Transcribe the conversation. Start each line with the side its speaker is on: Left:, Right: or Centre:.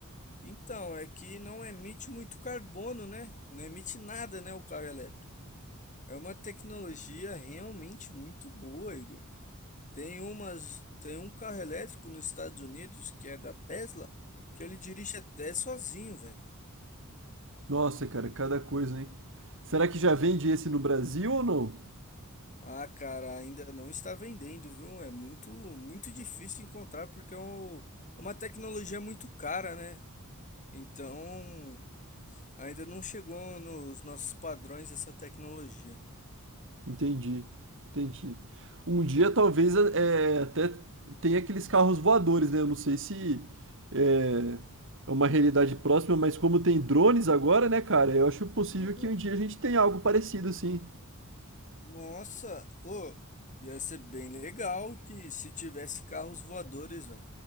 Left: Então, é que não emite muito carbono, né? Não emite nada, né, o carro elétrico. É uma tecnologia realmente muito boa, Igor. Tem umas, tem um carro elétrico nos Estados Unidos que é da Tesla, que ele dirige até sozinho, velho.
Right: Nossa, cara, cada coisa, hein? Será que já vende esse no Brasil ou não?
Left: Ah, cara, ainda não está vendendo, viu? É muito, muito difícil encontrar porque é um- é uma tecnologia muito cara, né? Então, ainda não chegou nos nossos padrões essa tecnologia.
Right: Entendi, entendi. Um dia talvez eh, até tenha aqueles carros voadores, né? Eu não sei se eh, é uma realidade próxima, mas como tem drones agora, né, cara? Eu acho possível
Left: Uhum.
Right: que um dia a gente tenha algo parecido, assim.
Left: Nossa, ô, ia ser bem legal que se tivesse carros voadores, velho.